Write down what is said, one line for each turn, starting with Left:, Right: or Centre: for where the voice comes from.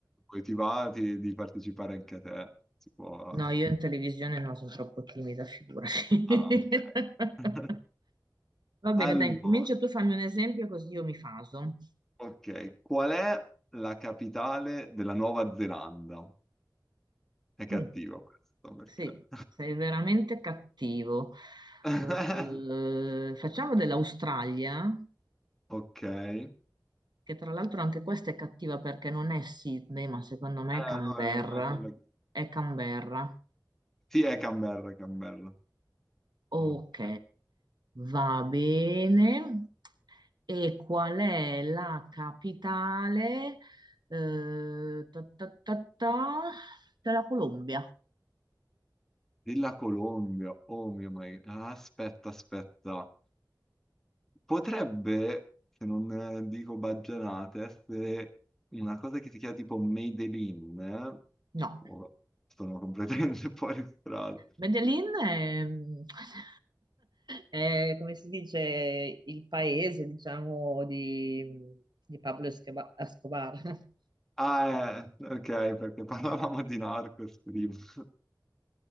Centre: poi ti va ti- di partecipare anche a te. Si può...
Right: no, io in televisione no, sono troppo timida, figurati. <laughs>
Centre: Ah, ok. <laughs>
Right: Va bene,
Centre: Allora,
Right: dai, incomincia tu, fammi un esempio così io mi faso.
Centre: ok, qual è la capitale della Nuova Zelanda? È cattivo
Right: Mm.
Centre: questo, perché...
Right: Sì, sei veramente cattivo.
Centre: <laughs>
Right: Eh, facciamo dell'Australia,
Centre: Ok. Eh,
Right: che tra l'altro anche questa è cattiva perché non è Sydney, ma secondo me
Centre: no,
Right: è Canberra.
Centre: è vero, non è quella...
Right: È Canberra.
Centre: Sì, è Canberra, è Canberra.
Right: Ok,
Centre: Ok.
Right: va bene. E qual è la capitale, eh, ta ta ta ta, della Colombia?
Centre: Della Colombia, oh mio my... Ah, aspetta, aspetta. Potrebbe, se non eh, dico baggianate, essere una cosa che si chiama tipo Made in, eh?
Right: No.
Centre: Oh, sono completamente <laughs> fuori strada.
Right: Medellin è, <laughs> è, come si dice, il paese, diciamo, di, di Pablo Escoba- Escobar. <laughs>
Centre: Ah, eh, ok, perché parlavamo di Narcos prima. <laughs>